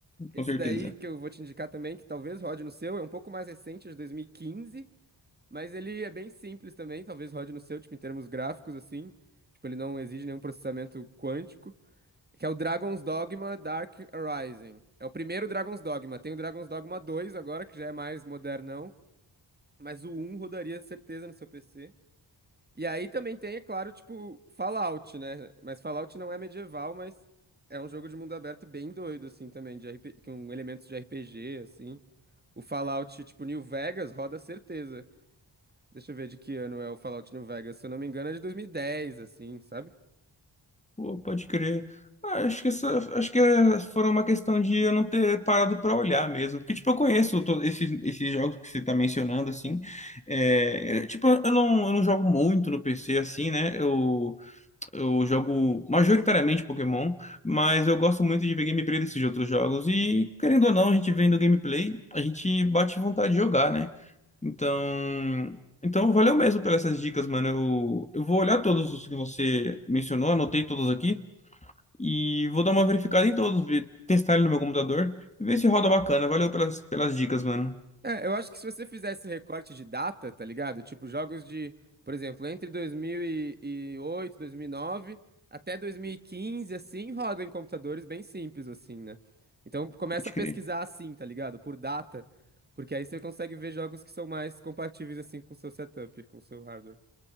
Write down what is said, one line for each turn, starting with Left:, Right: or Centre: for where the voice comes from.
Right: Esse
Left: com certeza.
Right: daí que eu vou te indicar também, que talvez rode no seu, é um pouco mais recente, é de 2015, mas ele é bem simples também, talvez rode no seu, tipo, em termos gráficos, assim. Tipo, ele não exige nenhum processamento quântico. Que é o Dragon's Dogma Dark Rising. É o primeiro Dragon's Dogma. Tem o Dragon's Dogma 2 agora, que já é mais modernão. Mas o um rodaria certeza no seu PC. E aí também tem, é claro, tipo, Fallout, né? Mas Fallout não é medieval, mas é um jogo de mundo aberto bem doido, assim, também, de RP... com elementos de RPG, assim. O Fallout, tipo, New Vegas roda certeza. Deixa eu ver de que ano é o Fallout New Vegas. Se eu não me engano, é de 2010, assim, sabe?
Left: Pô, pode crer. Ah, acho que essa, acho que é- foram uma questão de eu não ter parado pra olhar mesmo. Porque, tipo, eu conheço to- esses, esses jogos que você tá mencionando, assim. É, é, tipo, eu não, eu não jogo muito no PC, assim, né? Eu, eu jogo majoritariamente Pokémon, mas eu gosto muito de ver gameplay desses outros jogos. E, querendo ou não, a gente vendo gameplay, a gente bate vontade de jogar, né? Então, então valeu mesmo pelas essas dicas, mano. Eu, eu vou olhar todos os que você mencionou, anotei todos aqui e vou dar uma verificada em todos, ver- testar ele no meu computador e ver se roda bacana. Valeu pelas, pelas dicas, mano.
Right: É, eu acho que se você fizesse recorte de data, tá ligado? Tipo, jogos de, por exemplo, entre 2008, 2009 até 2015, assim, roda em computadores bem simples, assim, né? Então, começa
Left: Pode
Right: a
Left: crer,
Right: pesquisar assim, tá ligado? Por data, porque aí você consegue ver jogos que são mais compatíveis, assim, com o seu setup, com o seu hardware.